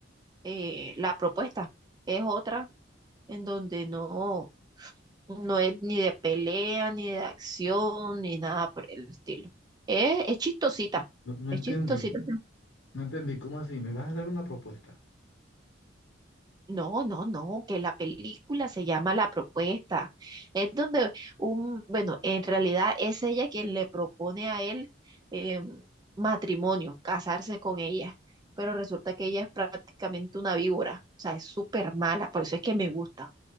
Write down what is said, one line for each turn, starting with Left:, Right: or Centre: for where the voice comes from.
Right: eh, la propuesta. Es otra en donde no. No es ni de pelea, ni de acción, ni nada por el estilo. Es, es chistosita,
Left: No, no
Right: es
Left: entendí,
Right: chistosita.
Left: no entendí. ¿Cómo así? ¿Me vas a dar una propuesta?
Right: No, no, no, que la película se llama La Propuesta. Es donde un, bueno, en realidad es ella quien le propone a él eh, matrimonio, casarse con ella, pero resulta que ella es prácticamente una víbora, o sea, es súper mala, por eso es que me gusta.